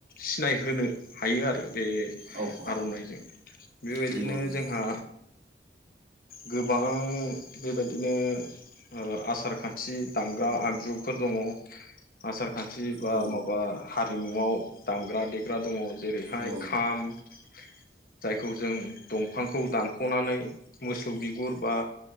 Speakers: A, on the left; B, on the right.
A: सिनायहोनो हायो आरो बे
B: औ औ
A: आरनाइजों बेबायदिनो
B: नंगौ नंगौ
A: जोंहा गोबां बेबायदिनो ओ आसार खान्थि दामग्रा आगजुफोर दङ आसार खान्थि बा
B: औ
A: माबा हारिमुआव दामग्रा देग्रा दङ जेरैहाय
B: औ
A: खाम <inaudible> जायखौ जों दंफांखौ दानख'नानै मोसौ बिगुर बा